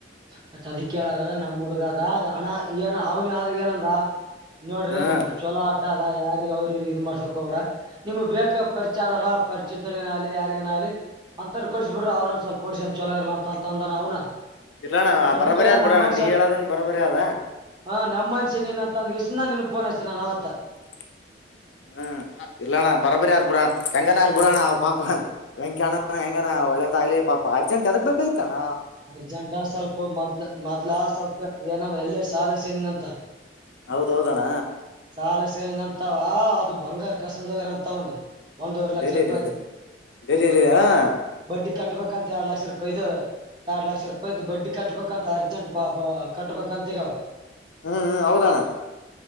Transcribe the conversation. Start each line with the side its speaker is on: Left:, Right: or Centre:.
Right: ಮತ್ತ್ ಅದಕ್ಕೆ ಹೇಳೋದ್ ನಮ್ಮ್ ಹುಡ್ಗ ಅಣ್ಣ ಏನ ಅವನ ಆದ ಏನಂದ ನೋಡ್ರಿ
Left: ಹ್ಮ
Right: ಚೊಲೋ ಅಟ್ಟ ಅದ ಯಾರಿಗೆ ಅವ್ರ ಇವರಿಗೆ ಇದು ಮಾಡ್ಸೋಕ ಹೋಗಬೇಡ ನಿಮ್ಗ ಬೇಕ ಪರಿಚಯ ಆದಾರ ಪರಿಚಯ ಇದ್ದಾರ ಆಗಲಿ ಇಲ್ಲೇ ಯಾರಿಗಏನ ಆಗ್ಲಿ ಅತ್ವರ ಗೆ ಕೊಡಸ ಬಿಟ್ಟರ ಅವ್ರಂದ ಸ್ವಲ್ಪಹೊಡಸಿ ಚಲೋ ಇಲ್ಲ ಅಂತ ಅಂದ ಅವ್ನ.
Left: ಇಲ್ಲಣ್ಣ
Right: ಅದಕ್ಕೆ
Left: ಬರಬರಿ ಆದ್
Right: ನಮ್ಮ್
Left: ಬಿಡೋಣ
Right: ಮನ್ಷ್ಯ
Left: ನೀ
Right: <unintelligible>
Left: ಹೇಳದನ್ ಬರಬರಿ ಅದ
Right: ಹ ನಮ್ಮ ಮನ್ಷೆ ನೀನ್ಂತ. ನನಗ್ ಸುಮ್ಮ್ನೆ ನಿಂಗ್ ಫೋನ ಹಚ್ಚದೆ ನನ್ ಅವತ್ತ.
Left: <inaudible> ಹ್ಮ್ ಇಲ್ಲಣ್ಣ ಬರಬರಿ ಆತ ಬಿಡ ಹೆಂಗಣ ಬಿಡಣ್ಣ ಪಾಪ. ವೆಂಕ್ಯಣ್ಣ ಹೆಂಗನ ಒಳ್ಳೆದಾಗಲಿ ಪಾಪ ಅರ್ಜೆಂಟ್ ಎದಗ್ ಬಾಯ್ತಣ್ಣ
Right: ಅರ್ಜೆಂಟಾ ಸ್ವಲ್ಪ ಮೊದ್ ಮೊದ್ಲ ಸ್ವಲ್ಪ ಏನ ಎಲ್ಲೇ ಶಾಲಸನಿನ ಅಂತ
Left: ಹೌದೌದಣ್ಣ
Right: ಸಾಲಸ ಅಂತ ಅದು ಬಂಗಾರ ಕಸಂದ ಹೋಗಾರ ಅಂತ ಒಂದು ಒಂದೂವರೆ
Left: ಹಾ
Right: ಲಕ್ಷ ರೂಪಾಯಿದ್ದು ಬಡ್ಡಿ ಕಟ್ಬೇಕಂತ ಎರ ಲಕ್ಷ ರೂಾಯಿ ಇದು ಎರಡ್ ಲಕ್ಷ ರೂಪಾಯಿ್ದು ಬಡ್ಡಿ ಕಟ್ಬೇಕಂತ ಅರ್ಜೆಂಟ್ ಬ ಕಟ್ಬೇಕಂತ ಈಗ
Left: ಹ್ಮ್ ಹ್ಮ್ ಹೌದಣ್ಣ